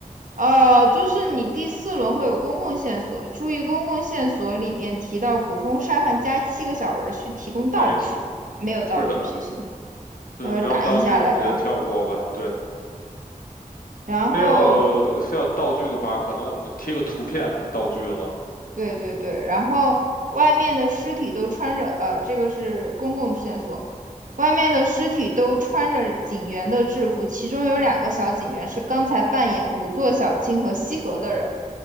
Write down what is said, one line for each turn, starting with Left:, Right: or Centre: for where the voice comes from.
Right: 呃，就是你第四轮会有公共线索，注意公共线索里面提到古风沙盘加七个小人儿需提供道具，
Left: 没错。
Right: 没有道具，
Left: 是的，
Right: 谢谢，
Left: 对，
Right: 到时候打印下来吧。
Left: 没有道具我们直接跳过吧。对，
Right: 然后，
Left: 非要非要道具的话，可能我们贴个图片就道具了。
Right: 对对对，然后外面的尸体都穿着，呃，这个是公共线索，外面的尸体都穿着警员的制服，其中有两个小警员是刚才扮演五座小青和西河的人。